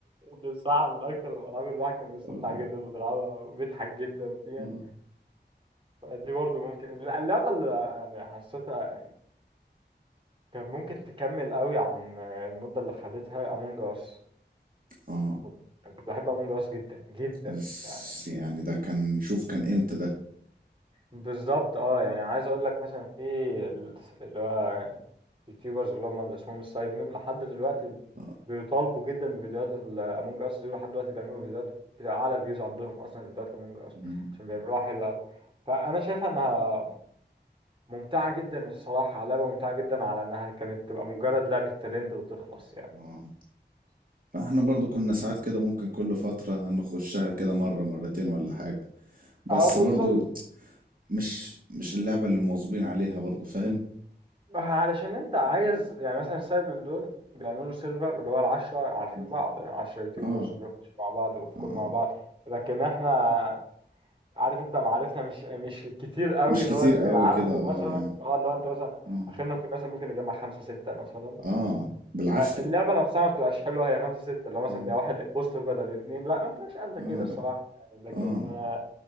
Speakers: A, on the right; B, on the right.
A: بصراحة من أكتر الألعاب اللي الواحد كان بيستمتع
B: اه
A: جدا وبيلعبها وبيضحك جدا فيها
B: اه
A: فدي برضه ممكن اللعبة اللي يعني حسيتها يعني كان ممكن تكمل قوي عن المدة اللي خدتها أمونج أس
B: اه
A: كنت كنت بحب أمونج أس جدا جدا
B: بس
A: يعني.
B: يعني ده كان شوف كان امتى ده
A: بالظبط اه يعني عايز اقول لك مثلا في ال- اللي هو يوتيوبرز اللي هم اللي اسمهم السايد مان لحد دلوقتي
B: اه
A: بيطالبوا جدا بفيديوهات الامونج اس دي لحد دلوقتي بيعملوا فيديوهات بتاع اعلى فيوز عندهم اصلا فيديوهات امونج اس
B: مم.
A: عشان بيعملوها حلوه قوي فانا شايفها انها ممتعه جدا الصراحه لعبه ممتعه جدا على انها كانت تبقى مجرد لعبه ترند وتخلص يعني
B: آه. احنا برضو كنا ساعات كده ممكن كل فترة نخشها كده مرة مرتين ولا حاجة بس
A: اه بالظبط
B: برضو مش مش اللعبة اللي مواظبين عليها برضو فاهم
A: علشان انت عايز يعني مثلا سايب من دول بيعملوا سيرفر اللي هو العشرة عارفين
B: مم.
A: بعض يعني عشرة يوتيوبرز
B: اه
A: بيخشوا مع بعض وفي
B: اه
A: كل مع بعض لكن احنا عارف انت معارفنا مش مش الكتير قوي
B: مش
A: اللي
B: كتير
A: هو اللي
B: قوي
A: بيلعبوا
B: كده اه
A: مثلا
B: يعني
A: اه اللي هو انت مثلا
B: اه
A: اخرنا ممكن مثلا ممكن نجمع خمسة ستة مثلا
B: اه بالعافية
A: آه، اللعبة نفسها ما بتبقاش حلوة هي خمسة ستة لو مثلا
B: اه
A: بيبقى واحد بوستر بدل اتنين لا ما بتبقاش قد كده
B: اه
A: الصراحة يعني لكن
B: اه
A: آه،